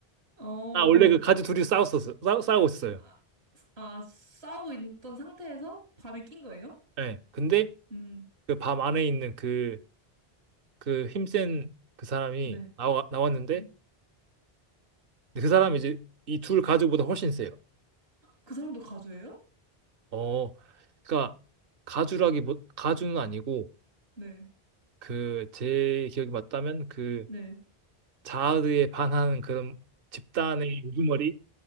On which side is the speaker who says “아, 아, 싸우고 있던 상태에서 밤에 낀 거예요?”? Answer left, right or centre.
Right